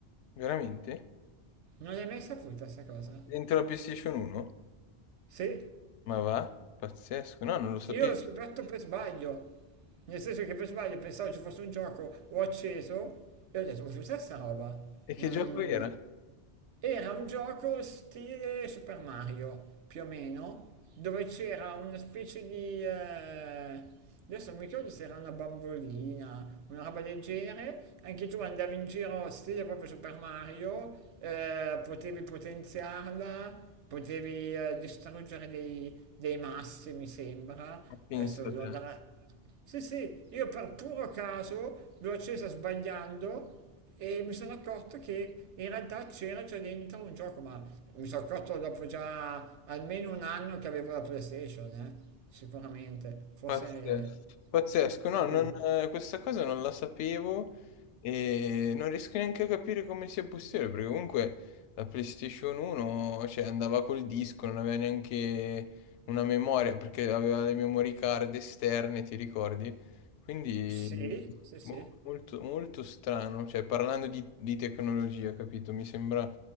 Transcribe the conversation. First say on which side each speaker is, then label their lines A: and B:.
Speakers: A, on the left; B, on the right.
A: veramente?
B: Non l'hai mai saputa sta cosa?
A: Dentro la PlayStation 1?
B: Sì,
A: Ma va? Pazzesco, no, non lo sapevo.
B: io l'ho scoperto per sbaglio. Nel senso che per sbaglio pensavo ci fosse un gioco, ho acceso e ho detto, ma cos'è sta roba?
A: E che
B: Non,
A: gioco era? Ma
B: Era un gioco stile Super Mario, più o meno, dove c'era una specie di... eh, Adesso non mi ricordo se era una bambolina, una roba del genere, anche tu andavi in giro stile proprio Super Mario, eh, potevi potenziarla, potevi eh, distruggere dei, dei massi, mi sembra,
A: pensa
B: adesso devo
A: te.
B: andare a- sì, sì, io per puro caso l'ho accesa sbagliando e mi sono accorto che in realtà c'era già dentro un gioco, ma mi sono accorto dopo già almeno un anno che avevo la PlayStation, eh, Sicuramente, forse
A: Pazzesco, pazzesco, no,
B: anche...
A: non- eh, questa cosa non la sapevo e non riesco neanche a capire come sia possibile, perché comunque la PlayStation 1, cioè, andava col disco, non aveva neanche una memoria, perché aveva le memory card esterne, ti ricordi? Quindi
B: Sì, sì, sì.
A: boh, molto, molto strano, cioè, parlando di, di tecnologia, capito? Mi sembra